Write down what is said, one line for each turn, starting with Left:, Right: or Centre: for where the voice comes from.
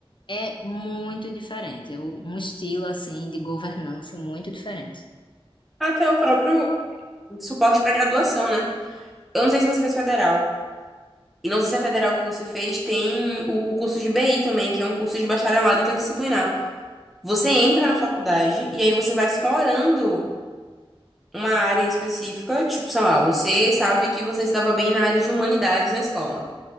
Left: é muito diferente, é um estilo assim de governança muito diferente.
Centre: Até o próprio suporte para graduação, né? Eu não sei se você fez federal. E não sei se a federal que você fez tem o o curso de BI também, que é um curso de bacharelado interdisciplinar. Você entra na faculdade e aí você vai explorando uma área em específica, tipo, sei lá, você sabe que você se dava bem na área de humanidades na escola.